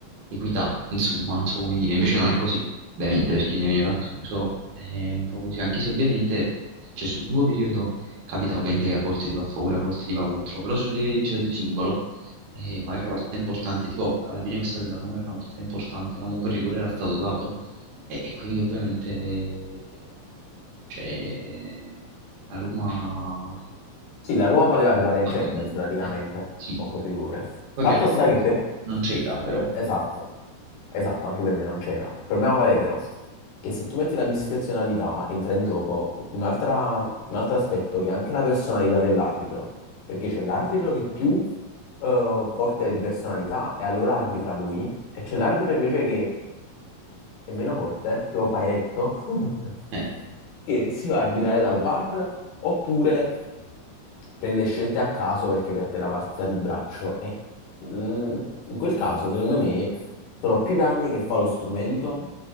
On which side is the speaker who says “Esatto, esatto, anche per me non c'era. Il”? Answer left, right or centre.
Left